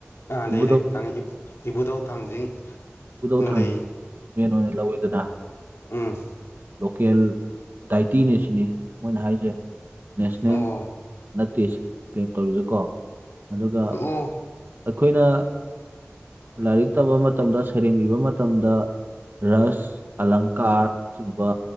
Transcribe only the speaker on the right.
ꯏꯕꯨꯙꯧ
ꯈꯨꯕꯨꯗꯧ ꯊꯥꯡꯖ
ꯃꯦꯟ ꯑꯣꯏꯅ ꯂꯧꯋꯤꯗꯅ
ꯂꯣꯀꯦꯜ ꯗꯥꯏꯇꯤꯅꯦ ꯁꯤꯅꯤ ꯃꯣꯏꯅ ꯍꯥꯏꯁꯦ ꯅꯦꯁꯅꯦꯜ
ꯅꯠꯇꯦ ꯄꯂꯦꯝ ꯇꯧꯔꯤꯁꯦꯀꯣ ꯑꯗꯨꯒ
ꯑꯩꯈꯣꯏꯅ ꯂꯥꯏꯔꯤꯛ ꯇꯝꯕ ꯃꯇꯝꯗ ꯁꯩꯔꯦꯡ ꯏꯕ ꯃꯇꯝꯗ ꯔꯁ ꯑꯂꯪꯀꯥꯔꯆꯤꯡꯕ